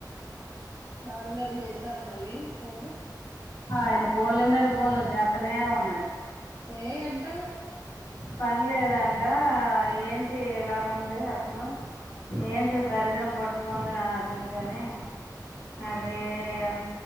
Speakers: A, on the right; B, on the left.
A: నాన్నగారు చేసారా మళ్ళీ ఫోన్
B: ఆయన పోన్ల మీద పోన్లు చేత్తనే ఉన్నాడు.
A: ఏ ఎంతా
B: పన్లేదం అంటా ఏంటి ఇలాగ ఉంది అసలు ఏంటి దరిద్రం పట్టుకుందని అది ఇది అని అగే అం